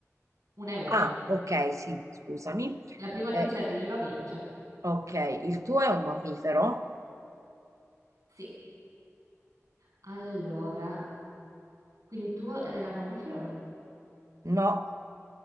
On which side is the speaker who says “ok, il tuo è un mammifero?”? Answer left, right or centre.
Right